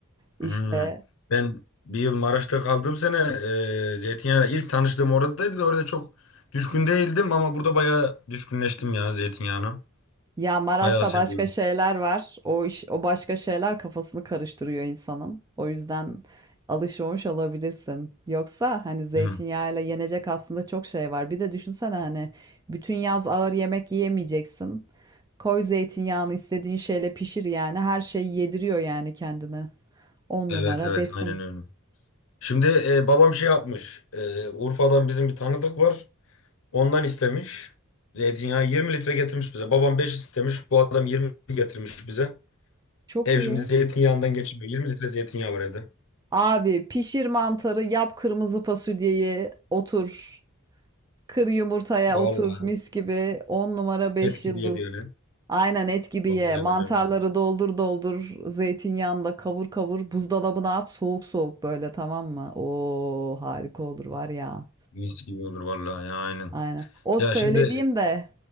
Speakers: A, on the right (about 15°); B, on the left (about 65°).
A: İşte
B: Hmm. Ben bir yıl Maraş'ta kaldığım sene e, zeytinyağıyla ilk tanıştığım oradaydı da orada çok düşkün değildim ama burada bayağı düşkünleştim ya zeytinyağına.
A: Ya Maraş'ta
B: Bayağı seviyorum.
A: başka şeyler var. O iş, o başka şeyler kafasını karıştırıyor insanın. O yüzden alışmamış olabilirsin. Yoksa hani zeytinyağıyla
B: Hmm.
A: yenecek aslında çok şey var. Bir de düşünsene hani bütün yaz ağır yemek yiyemeyeceksin. Koy zeytinyağını istediğin şeyle pişir yani. Her şeyi yediriyor yani kendini. On
B: Evet
A: numara
B: evet
A: besin.
B: aynen öyle. Şimdi e, babam şey yapmış. E, Urfa'dan bizim bir tanıdık var. Ondan istemiş. Zeytinyağı 20 litre getirmiş bize. Babam 5 istemiş. Bu adam 20 getirmiş bize.
A: Çok
B: Ev
A: iyi.
B: şimdi zeytinyağından geçmiyor. 20 litre zeytinyağı var evde.
A: Abi pişir mantarı, yap kırmızı fasulyeyi, otur. Kır yumurtaya
B: Vallahi
A: otur mis gibi. on numara beş
B: et gibi
A: yıldız.
B: yedi öyle.
A: Aynen et gibi
B: Vallahi
A: ye. Mantarları
B: öyle. mi?
A: doldur doldur. Zeytinyağında kavur kavur. Buzdolabına at soğuk soğuk böyle tamam mı? Oo harika olur var ya.
B: Mis gibi olur vallahi ya aynen.
A: Aynen. O
B: Ya
A: söylediğim
B: şimdi
A: de